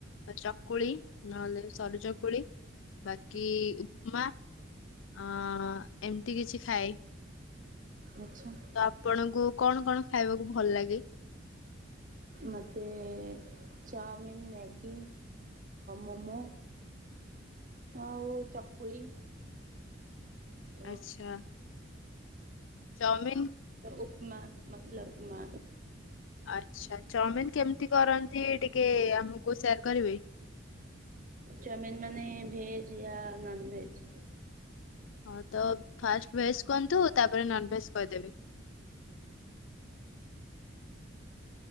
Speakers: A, on the left; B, on the right.
A: ଚକୁଳି ନହେଲେ ସରୁ ଚକୁଳି ବାକି ମା ଆ ଏମିତି କିଛି ଖାଏ।
B: ଆଛା।
A: ତ ଆପଣଙ୍କୁ କଣ କଣ ଖାଇବାକୁ ଭଲ ଲାଗେ।
B: ମେ ଚାଉମିନ୍ ମ୍ୟାଗି ମୋମୋ। ଆଉ ଚକୁଳି। <unintelligible> <unintelligible>
A: ଆଚ୍ଛା ଚାଉମିିନ
B: ଉପମା ମସଲା ଉପମା
A: ଆଚ୍ଛା ଚାଉମିିନ କେମିତି କରନ୍ତି ଟିକେ ଆମକୁ ସେୟାର କରିବେ?
B: ଚାଉମିନ୍ ମାନେ ଭେଜ୍ ୟା ନନଭେଜ୍
A: ହଁ ତ ଫାଷ୍ଟ ଭେଜ କୁହନ୍ତୁ ତାପରେ ନନ ଭେଜ କହିଦେବି।